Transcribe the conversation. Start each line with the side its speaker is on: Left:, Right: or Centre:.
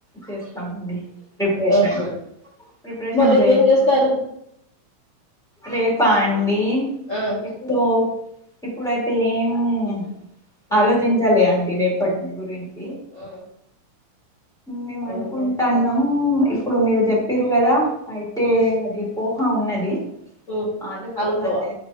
Centre: చేస్తామండి ప్రిపరేషన్
Left: ఓహో
Centre: ప్రిపరేషన్
Left: మరి రేపు
Centre: చేసిన
Left: ఏం చేస్తారు
Centre: రేపా అండి
Left: ఆ
Centre: ఇప్పుడు ఇప్పుడైతే ఏమి
Left: ఆ
Centre: ఆలోచించాలె అండి రేపటి గురించి
Left: ఆ
Centre: మేము అనుకుంటాన్నాము
Left: ఆహా
Centre: ఇప్పుడు మీరు చెప్పిరు కదా అయితే
Left: ఉమ్
Centre: అది పోహ ఉన్నది
Left: ఉమ్
Centre: ఆలు పోహ
Left: అలుపువ
Centre: చే